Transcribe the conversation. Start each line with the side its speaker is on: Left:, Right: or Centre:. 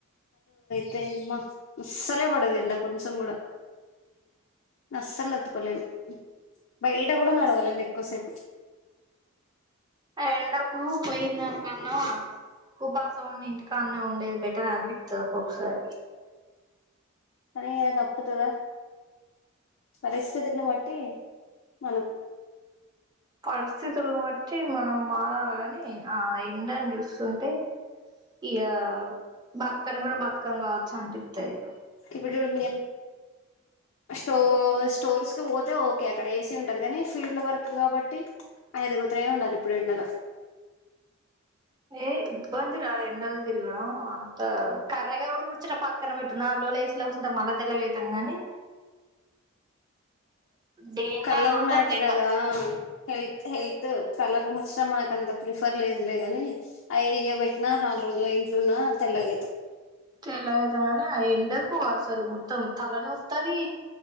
Left: దీ నమ్మా అస్సలే పాడదే ఎండ కొంచం కూడా అస్సలు తట్టుకోలేను బయట కూడా నడవలేను ఎక్కువసేపు
Right: ఆ ఎండకు పోయిందానికన్నా ఉపాసం ఉండి. ఇంటికాన్నే ఉండేది. బెటర్ అనిపిత్తది. ఒక్కొక్కసారి
Left: సరే ఇగా తప్పుతదా పరిస్థితిని బట్టి మనం
Right: పరిస్థితులను బట్టి మనం మారాలాగాని ఆ ఎండని జూస్ సుంటే ఇగ బతుకన్ గూడా బతుకమ్ కావచ్చు. అనిపిత్తది
Left: ఇప్పుడు చూడు మీ స్టో స్టోర్స్ కి పోతే ఓకే అక్కడ ఏసీ ఉంటది. కానీ ఫీల్డ్ వర్క్ కాబట్టి ఆయన తిరుగుతనే ఉండాల ఇప్పుడు ఎండల
Right: ఏ ఇబ్బంది రా ఎండల్ తిగడం అంతా కర్రెగా అవ్వుడు ముచ్చట పక్కన పెట్టు నాల్రోజులు ఏసీ లో కూసుంటే మళ్ళ తెల్లగైత్ తెల్లగైతం గానీ డేంజర్
Left: కాలర్
Right: కొడతాంది
Left: మ్యాటర్
Right: ఎండ
Left: కదా హెల్త్ హెల్త్ కలర్ ముచ్చట మనకంత ప్రిఫర్ లేదులే గాని అవి ఇగ పెట్టినా నాల్రోజులు ఇంట్లున్నా తెల్లగైత
Right: తెల్లగయితం గాని ఆ ఎండకు అసలు మొత్తం తలనొస్తద్ దీ